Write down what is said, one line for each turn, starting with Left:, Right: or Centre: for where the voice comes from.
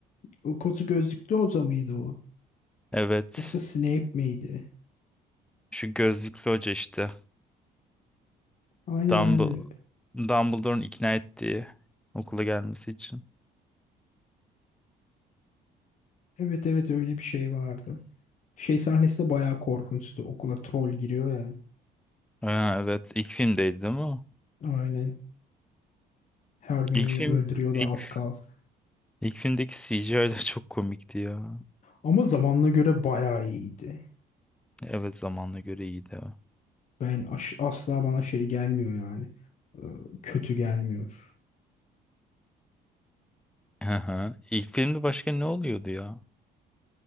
Left: O kozu gözlüklü hoca mıydı o?
Centre: Evet.
Left: Yoksa Snape miydi?
Centre: Şu gözlüklü hoca işte.
Left: Aynen
Centre: Dumbledore,
Left: aynen öyle.
Centre: Dumbledore'un ikna ettiği okula gelmesi için.
Left: Evet evet öyle bir şey vardı. Şey sahnesi de bayağı korkunçtu. Okula troll giriyor ya.
Centre: Ha, evet ilk filmdeydi değil mi? o?
Left: Aynen. Hermione'yi
Centre: İlk film
Left: öldürüyor da
Centre: ilk,
Left: az kalsın.
Centre: ilk filmdeki CGI de çok komikti ya.
Left: Ama zamanına göre bayağı iyiydi.
Centre: Evet zamanla göre iyiydi. o.
Left: Ben aş- asla bana şey gelmiyor yani. Ee, Kötü gelmiyor.
Centre: Hı hı. İlk filmde başka ne oluyordu ya?